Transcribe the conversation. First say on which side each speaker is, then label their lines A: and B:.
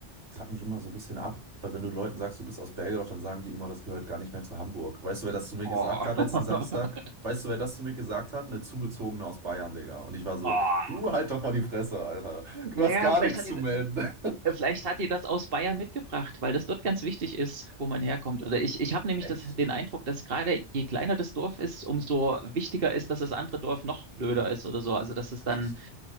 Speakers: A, on the right; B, on the right.
A: es hat mich immer so ein bisschen ab, weil wenn du Leuten sagst, du bist aus Bergedorf, dann sagen die immer, das gehört gar nicht mehr zu Hamburg. Weißt du, wer das zu mir
B: oh.
A: gesagt hat
B: <laughs>
A: letzten Samstag? Weißt du, wer das zu mir gesagt hat? Eine Zugezogene aus Bayern, Digga. Und ich war so,
B: Oh.
A: du halt doch mal die Fresse, Alter. Du
B: Naja,
A: hast gar
B: vielleicht
A: nichts
B: hat
A: zu
B: die,
A: melden.
B: äh, vielleicht hat die das aus Bayern mitgebracht, weil das dort ganz wichtig ist, wo man herkommt. Oder ich, ich habe nämlich
A: <laughs> Echt?
B: das, den Eindruck, dass gerade je kleiner das Dorf ist, umso wichtiger ist, dass das andere Dorf noch blöder ist oder so. Also, dass es dann
A: Echt?